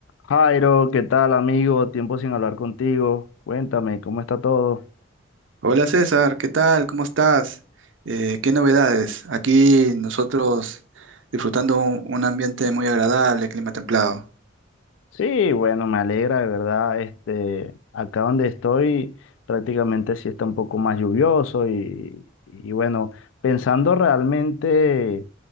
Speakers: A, on the left; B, on the right.
A: Jairo, ¿qué tal, amigo? Tiempo sin hablar contigo. Cuéntame, ¿cómo está todo?
B: Hola César, ¿qué tal? ¿Cómo estás? Eh, ¿qué novedades? Aquí nosotros disfrutando un, un ambiente muy agradable, clima templado.
A: Sí, bueno, me alegra, de verdad. Este, acá donde estoy, prácticamente sí está un poco más lluvioso y, y bueno, pensando realmente,